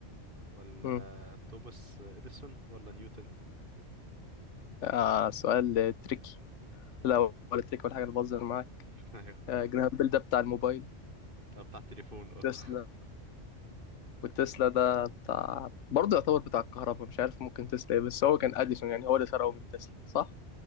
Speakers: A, on the right; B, on the left.
A: ولا
B: مم.
A: توماس إديسون ولا نيوتن
B: آه سؤال تريكي لا ولا تريكي ولا حاجة أنا بهزر معاك
A: <laughs> أيوه
B: آه جرام بيل ده بتاع الموبايل
A: آه، بتاع التليفون اه
B: وتسلا وتسلا ده بتاع برضه يعتبر بتاع الكهرباء مش عارف ممكن تسلا إيه، بس هو كان أديسون يعني هو اللي سرقه من تسلا صح؟